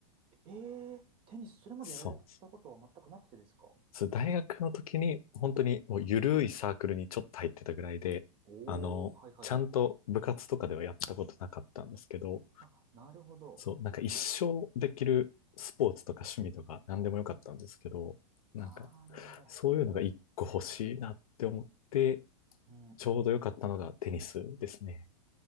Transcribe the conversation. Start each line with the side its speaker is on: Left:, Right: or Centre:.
Right: えー、テニス、それまでやられたことは全くなくてですか
Left: そうなんです。そう大学の時に、本当にもう緩いサークルにちょっと入ってたぐらいで、
Right: おー、
Left: あの、
Right: はいはいはい。
Left: ちゃんと部活とかではやったことなかったんですけど、
Right: あ、なるほど。
Left: そう、なんか一生できるスポーツとか趣味とか何でもよかったんですけど、なんか
Right: あー、なるほど。
Left: そういうのが一個欲しいなって思って、
Right: うんうん。
Left: ちょうどよかったのがテニスですね。